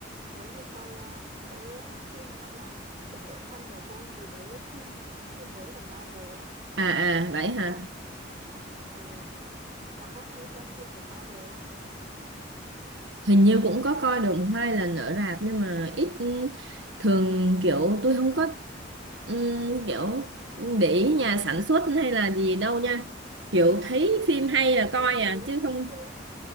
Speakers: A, on the right; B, on the right.
A: muốn đi coi ờ, cái ờ, phim gọi là Biệt đội Thunderbolt gì đấy, phim phim mới của Marvel á.
B: à à vậy hả
A: Còn ờ, bà có hay xem phim của Marvel không?
B: hình như cũng có coi được một hai lần ở rạp nhưng mà ít ừ, thường kiểu tôi không có ừ, kiểu để ý nhà sản xuất hay là gì đâu nha kiểu thấy phim hay là coi
A: Ý là
B: à
A: những
B: chứ
A: phim
B: không
A: siêu